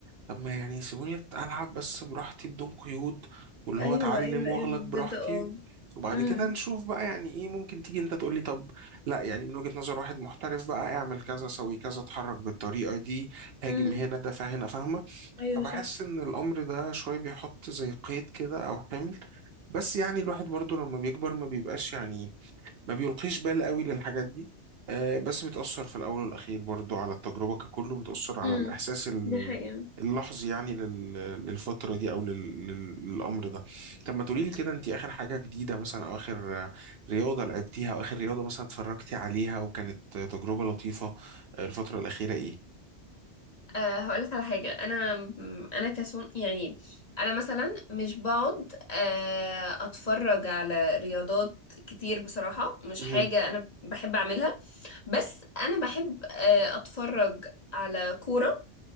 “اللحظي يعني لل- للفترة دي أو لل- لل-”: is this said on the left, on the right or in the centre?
Right